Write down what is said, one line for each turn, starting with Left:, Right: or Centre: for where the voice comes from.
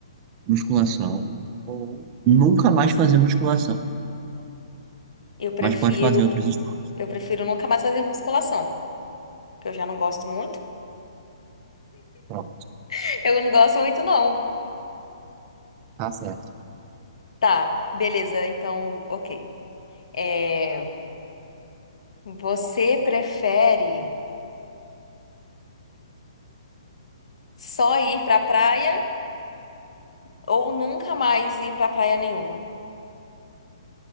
Right: musculação ou nunca mais fazer musculação,
Left: Eu prefiro,
Right: mas pode fazer outros esportes.
Left: eu prefiro nunca mais fazer musculação, que eu já não gosto muito.
Right: Pronto,
Left: <laughs> Eu não gosto muito, não.
Right: tá certo.
Left: Tá, beleza, então, ok. É, você prefere só ir pra praia ou nunca mais ir pra praia nenhuma?